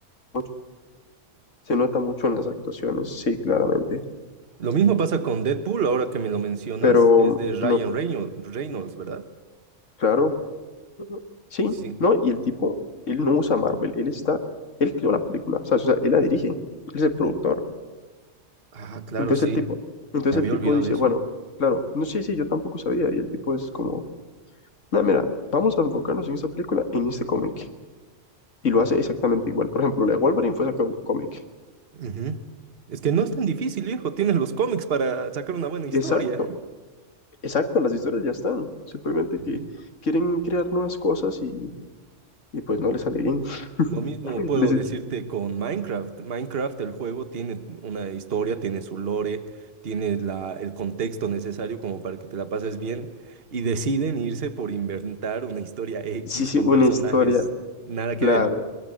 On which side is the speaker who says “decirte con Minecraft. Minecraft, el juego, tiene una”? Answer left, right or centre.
Right